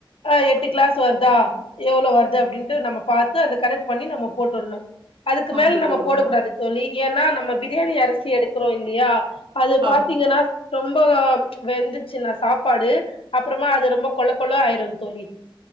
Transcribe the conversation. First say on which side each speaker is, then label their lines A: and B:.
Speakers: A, on the left (about 85°); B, on the right (about 70°).
A: அ எட்டு கிளாஸ் வருதா எவ்ளோ வருது அப்டின்ட்டு நம்ம பாத்து அந்த கணக்கு பண்ணி ந போட்டுணு அதுக்கு
B: ஓகே
A: மேல நம்ம
B: தோழி
A: போடக்கூடாது தோழி ஏனா நம்ம ப்ரியாணி அரிசி எடுக்கிறோ இல்லியா அது
B: ஆ
A: பாத்தீங்கனா ரொம்ப வெந்துச்சுனா சாப்பாடு அப்புறமா அது ரொம்ப கொள கொள ஆயிரு தோழி